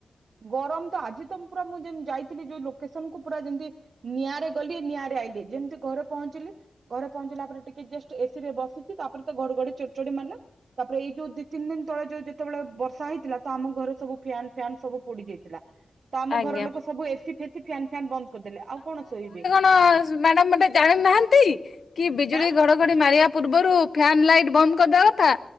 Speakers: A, on the right; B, on the left.
A: ଗରମ ତ ଆଜି ତମେ ପୁରା ମୁଁ ଯେ ଯାଇଥିଲି ଯୋଉ ଲୋକେସନ କୁ ପୁରା ଯେମିତି। ନିଆଁରେ ଗଲି ନିଆଁରେ ଆଇଲିି ଯେମିତି ଘରେ ପହଞ୍ଚିଲି ଘରେ ପହଞ୍ଚିଲା ପରେ ଟିକେ ଜଷ୍ଟ ଏସିରେ ବସିଚି ତାପରେ ତ ଘଡ଼ଘଡ଼ି ଚଢ଼ଚଢି ମାରିଲା। ତାପରେ ଏଇ ଯୋଉ ଦି ତିନି ଦିନ ତଳେ ଯୋଉ ଯେତେବେଳେ ବର୍ଷା ହେଇଥିଲା ତ ଆମ ଘରେ ସବୁ ଫ୍ୟାନ ଫ୍ୟାନ ସବୁ ପୋଡି ଯାଇଥିଲା ତ ଆମ
B: ଆଜ୍ଞା।
A: ଘର ଲୋକ ସବୁ ଏସି ଫେସି ଫ୍ୟାନ ଫାନ ବନ୍ଦ କରିଦେଲେ ଆଉ କଣ ଶୋଇବେ।
B: ନାଁ ମାଡାମ୍ ଜାଣି ନାହାନ୍ତି କି ବିଜୁଳି
A: ହାଁ
B: ଘଡ଼ଘଡ଼ି ମାରିବା ପୂର୍ବରୁ ଫ୍ୟାନ୍ ଲାଇଟ୍ ବନ୍ଦ କରିଦେବ କଥା।